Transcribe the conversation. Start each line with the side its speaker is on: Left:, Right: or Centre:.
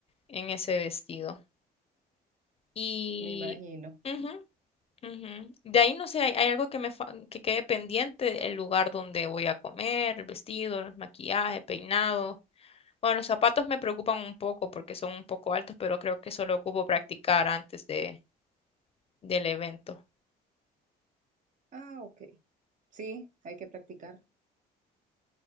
Left: en ese vestido. Y
Right: Me imagino.
Left: ujú, ujú. De ahí no sé, hay, hay algo que me fa- que quede pendiente, el lugar donde voy a comer, el vestido, el maquillaje, peinado. Bueno, los zapatos me preocupan un poco porque son un poco altos, pero creo que solo ocupo practicar antes de, del evento.
Right: Ah, ok. Sí, hay que practicar.